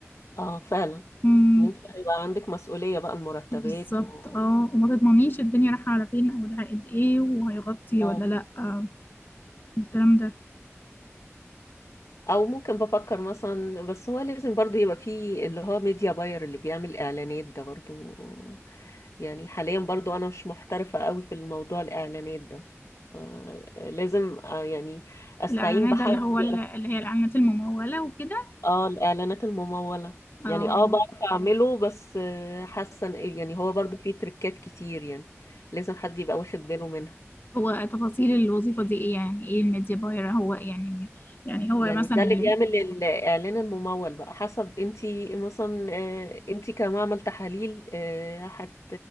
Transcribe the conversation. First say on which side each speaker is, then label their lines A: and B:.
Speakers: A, on the left; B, on the left.
A: اه فعلا
B: امم
A: ان انت هيبقى عندك مسؤولية بقى المرتبات
B: بالظبط
A: و...
B: اه وما تضمنيش الدنيا رايحه على فين او العائد ايه وهيغطي
A: اه
B: ولا لا آه، الكلام ده
A: او ممكن بفكر مثلا بس هو لازم برضو يبقى فيه اللي هو ميديا باير اللي بيعمل اعلانات ده برضو يعني حاليا برضو انا مش محترفة قوي في الموضوع الاعلانات ده آه، لازم آه، يعني استعين
B: الإعلانات
A: بحد
B: ده اللي هو
A: بيعرف
B: ال- اللي هي الإعلانات الممولة وكده
A: اه الاعلانات الممولة
B: اه
A: يعني اه بعرف اعمله بس آه، حاسة إن- يعني هو برضو فيه تريكات كتير يعني لازم حد يبقى واخد باله منها
B: هو تفاصيل الوظيفة دي إيه يعني إيه الميديا باير هو يعني يعني هو
A: يعني
B: مثلا
A: ده اللي
B: اللي
A: بيعمل الإعلان الممول بقى حسب انتي مثلا آه، انتي كمعمل تحاليل آه، هت